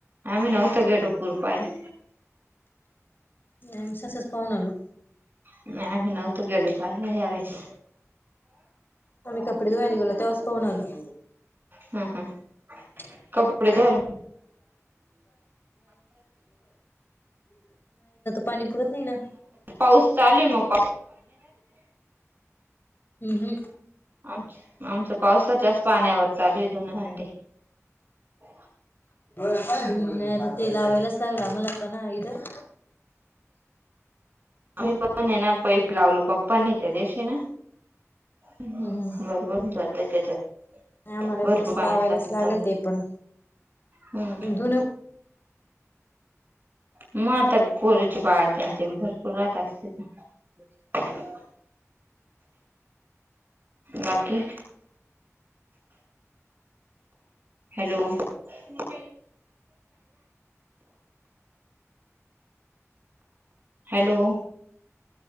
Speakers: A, on the right (about 40°); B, on the left (about 45°).
A: आम्ही नव्हतो गे टोपूर पायल
B: नाहीम सकालिस पाहून आलो.
A: नाही आम्ही नव्हतो. गेलो पाहायला यावेळेस
B: आम्ही कपडे धुवायला गेलो तेव्हाच पाहून आलो.
A: हा हा.
B: <unintelligible> <unintelligible>
A: कपडे धर
B: पाणी पुरत नाही ना
A: पाऊस चालू आहे मग
B: हम्म.
A: आम आमच्या पावसाच्याच पाण्यावर चालू आहे धून भांडे. अ
B: <unintelligible>
A: आम्ही पण आहे ना पैप लावलो पप्पनी त्या दिशी ना, बरोबर
B: हम्म
A: जातय त्याच्यात.
B: आम्हाला
A: भरपूर
B: तेच
A: पाणी
B: लावायलाच
A: साचत होतं.
B: लागेल ते पण
A: हम्म
B: जुन,
A: मग आता पोरचे बाळ त्यांचे भरपूर राहत असते ना. बाकी? हॅलो <inaudible> हॅलो